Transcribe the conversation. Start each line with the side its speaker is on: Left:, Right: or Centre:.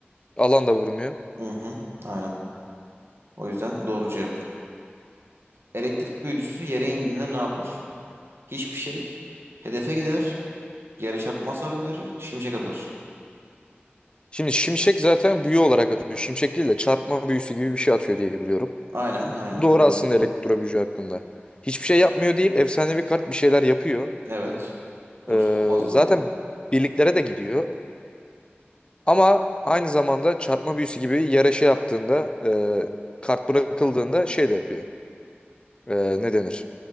Left: Alan da vurmuyor.
Right: Hı hı. Aynen. O yüzden doğru cevap. Elektrik büyücüsü yere indiğinde ne yapar? Hiçbir şey. Hedefe gider. Yere çarpma hasarı verir. Şimşek atar.
Left: Şimdi şimşek zaten büyü olarak atıyor. Şimşek değil de çarpma büyüsü gibi bir şey atıyor diye biliyorum.
Right: Aynen. Aynen.
Left: Bu doğru
Right: Doğru.
Left: aslında elektro büyücü hakkında. Hiçbir şey yapmıyor değil. Efsanevi kart bir şeyler yapıyor.
Right: Evet. Yoksa
Left: Ee,
Right: olmazdı
Left: zaten
Right: zaten.
Left: birliklere de gidiyor. Ama aynı zamanda çarpma büyüsü gibi yere şey yaptığında e, kart bırakıldığında şey de yapıyor. Ee, ne denir?